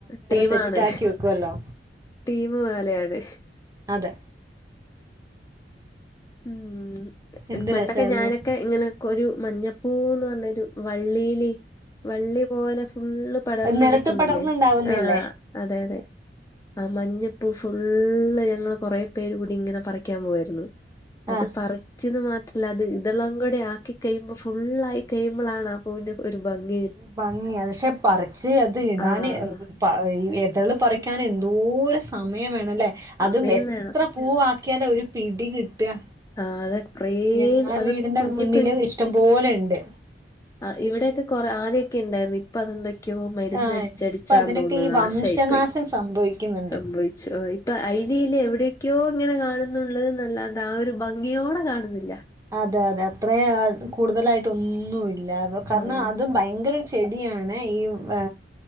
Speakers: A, on the left; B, on the right.
A: ടീമാണ്
B: സെറ്റാക്കി വെക്കുമല്ലോ
A: ടീമ് പോലയാണ്
B: അതെ
A: ഉം
B: എന്ത്
A: പണ്ടൊക്കെ
B: രസമായിരുന്നു
A: ഞാനൊക്കെ ഇങ്ങനെക്കെ ഒരു മഞ്ഞപ്പൂവ്ന്ന് പറഞ്ഞ ഒരു വള്ളിയില് വള്ളി പോലെ ഫുള്ള് പടർന്ന്
B: നിലത്ത്
A: നിക്ക്ന്നില്ലേ
B: പടർന്നുണ്ടാവുന്നതല്ലേ
A: ആ അതെ അതെ ആ മഞ്ഞപ്പൂ ഫുള്ള് ഞങ്ങള് കൊറെ പേര് കൂടി ഇങ്ങനെ പറിക്കാൻ പോവായിര്ന്നു അത്
B: ആ
A: പറിച്ചന്ന് മാത്രല്ല അത് ഇതെളും കൂടെ ആക്കി കഴിയുമ്പോ ഫുള്ളായി കയ്യ്മ്പോളാണ് ആ പൂവിന്റെ ഒര് ഭംങ്ങി
B: ഭംങ്ങിയാ പക്ഷെ പറിച്ച് അത് ഇടാന്
A: ആഹ്
B: പ എതള് പറിക്കൻ എന്തോര് സമയം വേണല്ലേ
A: സമയം
B: അതും എത്ര
A: വേണം
B: പൂവാക്കിയാലാ ഒര് പിടി കിട്ടാ
A: ആഹ് അത് കൊറേ
B: ഞങ്ങളെ
A: അത്
B: വീടിന്റെ
A: കുഞ്ഞി
B: മുന്നില് ഇഷ്ട്ടം പോലെണ്ട്
A: ആ ഇവിടെക്കെ കുറെ ആദ്യക്കെ ഇണ്ടാര്ന്നു ഇപ്പൊ അതൊന്ന് ക്ക്യോ മര്ന്നടിച്ചടിച്ചാന്ന്
B: ആഹ് ഇപ്പൊ അതിനൊക്കെ
A: തോന്നൂ
B: ഈ
A: നാശായി
B: വംശനാശം
A: പ്പോയി
B: സംഭവിക്കുന്നുണ്ട്
A: സംഭവി ച്ചോയി ഇപ്പൊ ഐല് യ്ല് എവിടെയൊക്കെയോ ഇങ്ങനെ കാണുന്നുണ്ട് ന്നല്ലാണ്ടാ ആ ഒരു ഭംഗിയോടെ കാണ്ന്നില്ല
B: അതെ അതെ അത്രേ കൂടുതലായിട്ട് ഒന്നുല്ല അത് കാരണം
A: ആഹ്
B: അത് ഭയങ്കര ചെടിയാണ് ഈ വെ